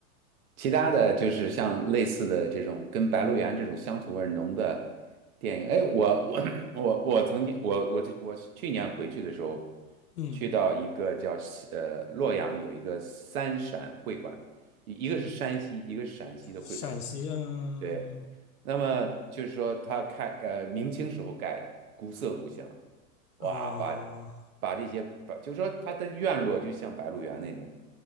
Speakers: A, on the right; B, on the left.
A: 其他的就是像类似的这种跟《白鹿原》这种乡土味儿浓的电影，哎，我我 <clears throat> 我我曾经我我这我去年回去的时候，
B: 嗯。
A: 去到一个叫呃洛阳有一个三陕会馆，一一个是山西，一个是陕西的会馆，
B: 陕西，嗯，
A: 对，那么就是说它开呃明清时候盖的，古色古香，哇，
B: 哦，
A: 把把这些把就是说它的院落就像《白鹿原》那种。